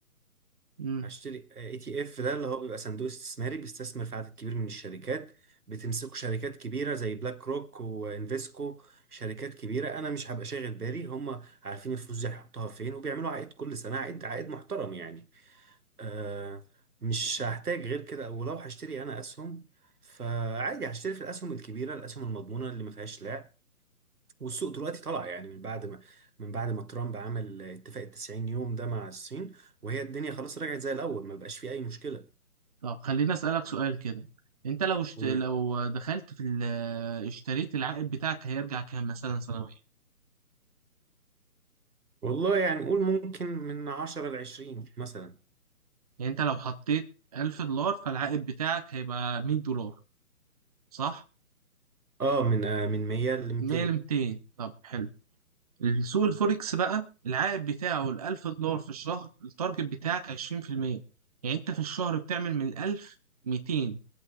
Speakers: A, on the right; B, on the right.
A: امم
B: اشتري اي تي اف ده اللي هو بيبقى صندوق استثماري بيستثمر في عدد كبير من الشركات بتمسكه شركات كبيره زي بلاك روك وانفيسكو شركات كبيره انا مش هبقى شاغل بالي هم عارفين الفلوس دي هيحطوها فين وبيعملوا عائد كل سنه عائد عائد محترم يعني آه مش هحتاج غير كده ولو هشتري انا اسهم فعادي هشتري في الاسهم الكبيره الاسهم المضمونه اللي ما فيهاش لعب والسوق دلوقتي طلع يعني من بعد ما من بعد ما ترامب عمل اتفاق ال 90 يوم ده مع الصين وهي الدنيا خلاص رجعت زي الاول ما بقاش فيه اي مشكله
A: طب خليني أسألك سؤال كده انت لو اشت...
B: قول
A: لو دخلت في ال... اشتريت العائد بتاعك هيرجع كام مثلا سنويا
B: والله يعني قول ممكن من 10 ل 20 مثلا
A: يعني انت لو حطيت 1000 دولار فالعائد بتاعك هيبقى 100 دولار صح
B: اه من آه من 100 ل 200
A: 100 ل 200 طب حلو السوق الفوركس بقى العائد بتاعه الألف دولار في الشهر التارجت بتاعك عشرين في المية يعني أنت في الشهر بتعمل من الألف ميتين